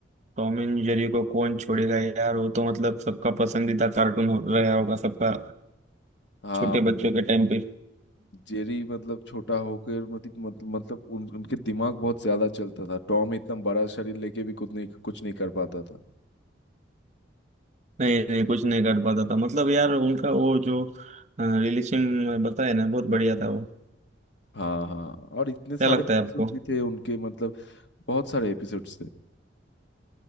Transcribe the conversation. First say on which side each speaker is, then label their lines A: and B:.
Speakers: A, on the right; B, on the left.
A: टॉम एंड जेरी को कौन छोड़ेगा यार वो तो मतलब सबका पसंदीदा कार्टून हो रहा होगा सबका
B: हाँ
A: छोटे
B: मतलब
A: बच्चों के टाइम पे
B: जेरी मतलब छोटा होकर मतलब मतलब मतलब उन, उनके दिमाग बहुत ज्यादा चलता था टॉम इतना बड़ा शरीर लेके भी कुछ नहीं कुछ नहीं कर पाता था
A: नहीं नहीं कुछ नहीं कर पाता था मतलब यार उनका वो जो रिलेशन बताया ना बहुत बढ़िया था वो
B: हाँ हाँ और इतने सारे
A: क्या लगता
B: एपिसोड
A: है आपको
B: भी थे उनके मतलब बहुत सारे एपिसोड्स थे